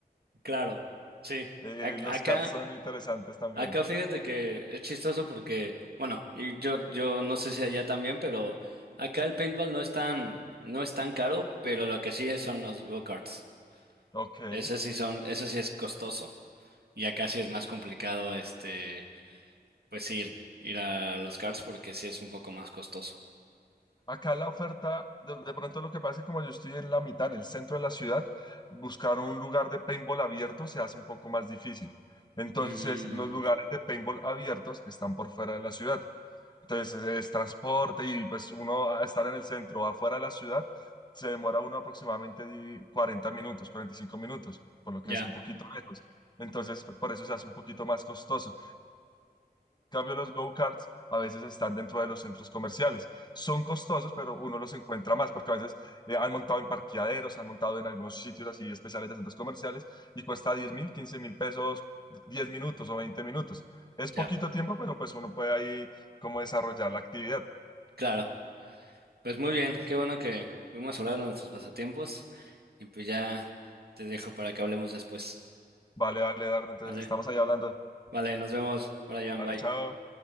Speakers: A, on the right (about 70°); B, on the left (about 25°).
A: claro, sí.
B: Eh,
A: Ac-
B: los
A: Acá,
B: cards son interesantes también.
A: acá fíjate que es chistoso porque, bueno, y yo, yo no sé si allá también, pero acá el paintball no es tan, no es tan caro, pero lo que sí es son los go-karts.
B: Ok.
A: Ese sí son, eso sí es costoso. Y acá sí es más complicado, este, pues ir, ir a los karts porque sí es un poco más costoso.
B: Acá la oferta, de, de pronto lo que pasa es que como yo estoy en la mitad, en el centro de la ciudad, buscar un lugar de paintball abierto se hace un poco más difícil. Entonces,
A: Mm,
B: los lugares de paintball abiertos están por fuera de la ciudad. Entonces es, es transporte y pues uno a estar en el centro, o afuera de la ciudad, se demora uno aproximadamente di- 40 minutos, 45 minutos, por lo que
A: ya,
B: es un poquito lejos. Entonces p- por eso se hace un poquito más costoso. En cambio, los go-karts a veces están dentro de los centros comerciales. Son costosos, pero uno los encuentra más porque a veces eh, han montado en parqueaderos, han montado en algunos sitios así especiales de centros comerciales y cuesta diez mil, quince mil pesos 10 minutos o 20 minutos. Es poquito
A: ya,
B: tiempo, pero pues uno puede ahí como desarrollar la actividad.
A: claro. Pues muy bien, qué bueno que pudimos hablar de nuestros pasatiempos y pues ya te dejo para que hablemos después.
B: Vale, vale, Dardo, entonces
A: Vale,
B: estamos ahí hablando.
A: vale, nos vemos, Brian,
B: Vale,
A: bye.
B: chao.